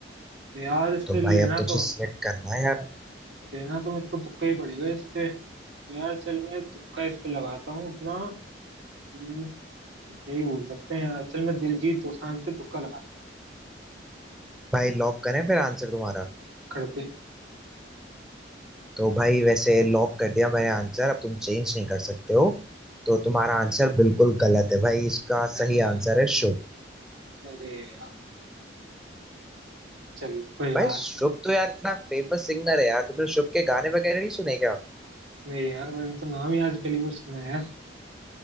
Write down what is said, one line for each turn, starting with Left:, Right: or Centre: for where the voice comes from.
Right: तो यार इस
Centre: तो
Right: पे
Centre: भाई
Right: लेना
Centre: अब तुझे
Right: तो
Centre: सिलेक्ट करना है यार
Right: लेना तो मेरे को तुक्का ही पड़ेगा इस पे तो यार चल मैं तुक्का इस पे लगाता हूँ अपना हम्म, यही बोल सकते हैं यार चल मैं दिलजीत दोसांझ पे तुक्का लगाता हूँ
Centre: भाई लॉक करें फिर आंसर तुम्हारा
Right: खड़े से
Centre: तो भाई वैसे लॉक कर दिया मैंने आंसर अब तुम चेंज नहीं कर सकते हो तो तुम्हारा आंसर बिल्कुल गलत है भाई इसका
Right: अरे
Centre: सही आंसर है शुभ
Right: अरे यार चलिए कोई बात
Centre: भाई शुभ
Right: नहीं
Centre: तो यार इतना फेमस सिंगर है यार तुमने शुभ के गाने वगैरह नहीं सुने क्या
Right: नहीं यार मैंने तो नाम ही आज पहली बार सुना है यार